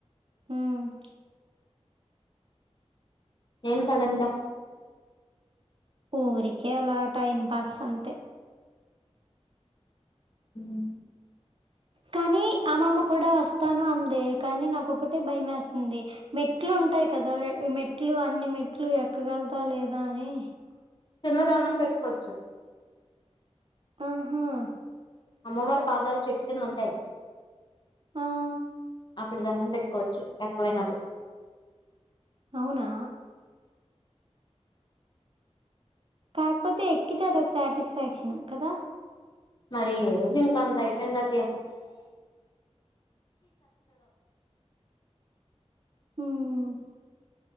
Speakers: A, on the right (about 50°); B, on the left (about 40°).
A: ఉమ్
B: ఏం సడన్ గా.
A: ఊరికే అలా టైం పాస్ అంతే.
B: ఉమ్
A: కానీ అమ్మమ్మ కూడా వస్తాను అందే కాని నాకొక్కటే భయమేస్తంది మెట్లు ఉంటాయి కదా మెట్లు అన్ని మెట్లు ఎక్కగలతాద లేదా అని.
B: కింద దండం పెట్టుకోచ్చు.
A: ఆహా.
B: అమ్మవారి పాదాలు చెట్టుకిందుంటాయ్.
A: ఆహ్.
B: అక్కడ దండం పెట్టుకోవచ్చు ఎక్కడైనా అదే.
A: అవునా. కాకపోతే ఎక్కితే అదొక సాటిస్ఫాక్షన్ కదా.
B: మరి జింకా అంత అయిపోయింది అంతే.
A: ఉమ్మ్